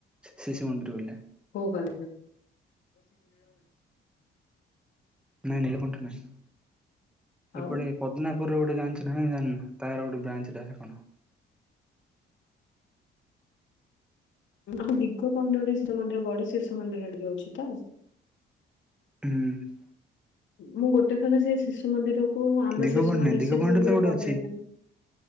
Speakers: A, in the centre; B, on the left.
A: ଶିଶୁ ମନ୍ଦିର ପିଲା।
B: କୋଉ କଲେଜ୍ ର?
A: ନାଇଁ ନୀଳକଣ୍ଠ ନାଇଁ।
B: ଆଉ
A: ଏପଟେ ପଦ୍ଦନାପୁର ର ଗୋଟେ ଯାଞ୍ଚ ନା ଜା ତାର ଗୋଟେ ବ୍ରାଞ୍ଚ ଟା କଣ?
B: ହଁ ଦିଗପହଣ୍ଡ ଶିଶୁ ମନ୍ଦିର ବଡ ଶିଶୁ ମନ୍ଦିର ରେ ଅଛି ତ?
A: ହୁଁ
B: ମୁଁ ଗୋଟେ ଥରେ ସେ ଶିଶୁ ମନ୍ଦିରକୁ ଆମର
A: ଦିଗପହଣ୍ଡି
B: ଶିଶୁ ମନ୍ଦିର
A: ନାଇଁ ଦିଗପହଣ୍ଡିରେ
B: ଶିଶୁ ମନ୍ଦିର
A: ତ ଗୋଟେ
B: ପହିଲାଣି।
A: ଅଛି